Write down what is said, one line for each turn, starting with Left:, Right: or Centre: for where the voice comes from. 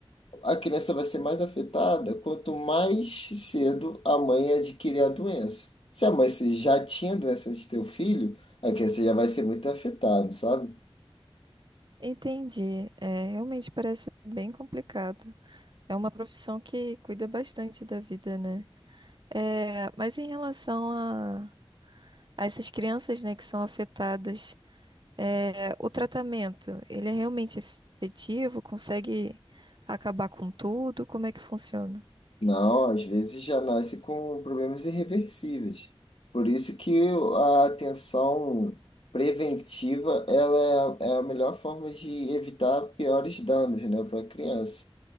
Left: a criança vai ser mais afetada quanto mais cedo a mãe adquirir a doença. Se a mãe se- já tinha doença de teu filho, a criança já vai ser muito afetada, sabe?
Right: Entendi. É, realmente parece bem complicado. É uma profissão que cuida bastante da vida, né? É, mas em relação a, a essas crianças, né, que são afetadas, é, o tratamento, ele é realmente efetivo? Consegue acabar com tudo? Como é que funciona?
Left: Não, às vezes já nasce com problemas irreversíveis. Por isso que a atenção preventiva ela é, é a melhor forma de evitar piores danos, né, para a criança.